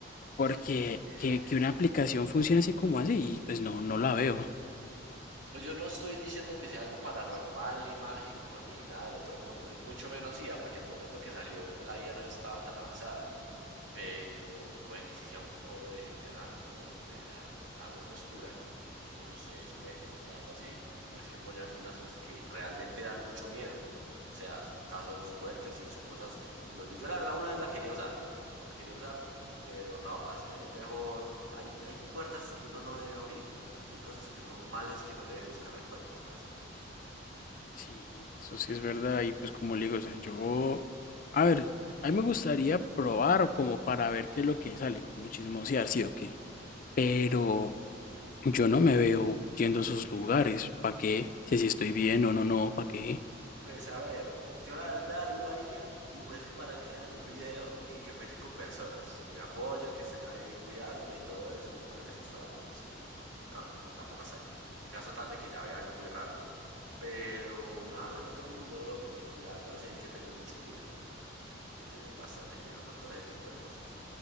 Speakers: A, on the left (about 45°); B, on the right (about 80°).
A: porque
B: Sí, porque es que
A: que,
B: hay veces.
A: que una aplicación funcione así como así, pues no, no la veo.
B: Pues yo no estoy diciendo que sea algo paranormal, ni mágico, ni nada del otro mundo, y mucho menos IA, porque en el momento que salió, pues, la IA no estaba tan avanzada. pero puede que sí sea un foro de gente rara como los de la, la web oscura, entonces puede que sí sea algo así, pero es que pone algunas cosas que realmente dan mucho miedo, o sea, son casos fuertes y son cosas en donde yo la verdad una vez la quería usar, la quería usar, pero no, parce, es mejor, hay, hay puertas que uno no debe abrir, hay cosas que uno males que no le debe buscar al cuerpo, ¿sabes?
A: Sí, eso sí es verdad. Y pues como le digo, o sea, yo, a ver, a mí me gustaría probar como para ver qué es lo que sale, como chismosear, sí o qué. Pero yo no me veo yendo a esos lugares. ¿Para qué? Si así estoy bien o no, no, ¿para qué?
B: Pues a ver, yo la verdad lo haría si fuese para crear un video y que fuese con personas que me apoyan, que estén ahí cuidándome y todo eso, tal vez hasta la policía, no sé. No, no, tampoco hasta allá. En caso tal de que ya vea algo muy raro. Pero nada del otro mundo, bro, porque pues, la verdad sí hay que tener mucho cuidado, hay que tener bastante cuidado con todo ese tipo de cosas.